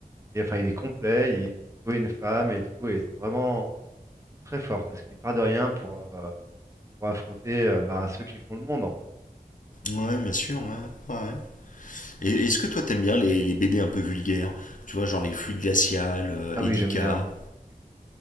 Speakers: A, on the right; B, on the left.
A: Et enfin, il est complet. Il trouve une femme et tout. Et c'est vraiment très fort parce qu'il part de rien pour, euh, pour affronter euh, bah, ceux qui font le monde en fait.
B: Ouais, bien sûr, ouais. Ouais. Et est-ce que toi, t'aimes bien les, les BD un peu vulgaires? Tu vois, genre les Fluides Glaciales, euh,
A: Ah
B: Edika.
A: oui, j'aime bien moi. Oui.